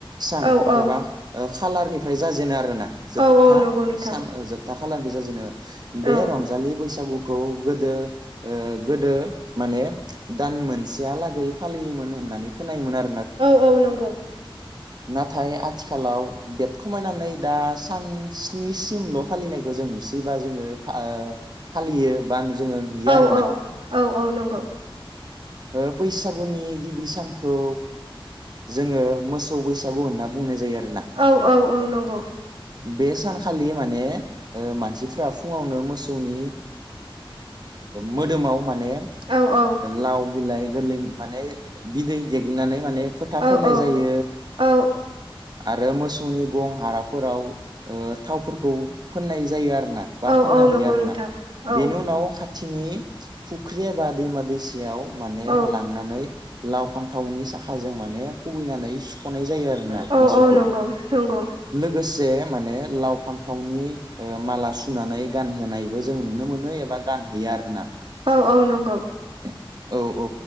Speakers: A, on the right; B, on the right.
A: सान
B: औ औ
A: एबा खाालारनिफ्राय जाजेनो आरोना जोबथा
B: औ औ नंगौ नोंथां
A: सान जोबथा फालानबो जाजेनो बे
B: औ
A: रंजाललि बैसागु खौ गोदो ओ गोदो माने दान मोनसेयालागै फालियोमोन होननानै खोनायोमोन आरो
B: औ औ नंगौ
A: नाथाय आथिखालाव बेद खमायनानै दा सान स्निसिमल' फालिनायखौ जों नुसैबा जोङो फालियो बा जोङो नुयो आरो
B: औ औ औ औ नंगौ
A: ओ बैसागुनि गिबि सानखौ जोङो मोसौ बैसागु होनना बुंनाय जायो आरो
B: औ औ औ नंगौ
A: बे सानखालि माने मानसिफ्रा फुङावनो मोसौनि मोदोमाव माने
B: औ औ
A: लाव बिलाइ गोरलै माने बिदै देग्लिनानै माने फोथा
B: औ
A: फोननाय
B: औ
A: जायो
B: औ
A: आरो मोसौनि गं हाराफोराव ओ थावफोरखौ फोननाय जायो आरो ना बा
B: औ
A: फोनना
B: औ
A: हैयो
B: नंगौ
A: आरो
B: नोंथां
A: ना
B: औ
A: बेनि उनाव खाथि खिनि फुख्रि एबा दैमा दैसायाव माने
B: औ
A: लांनानै लाव फान्थावनि साखाजों माने खुबैनानै सुखनाय जायो आरोना
B: औ
A: मोसौखौ
B: औ नंगौ नंगौ
A: लोगोसे जे माने लाव फान्थावनि माला सुनानै गानहोनायबो जों नुनो मोनो एबा गान होयो आरो ना
B: औ औ नंगौ
A: औ औ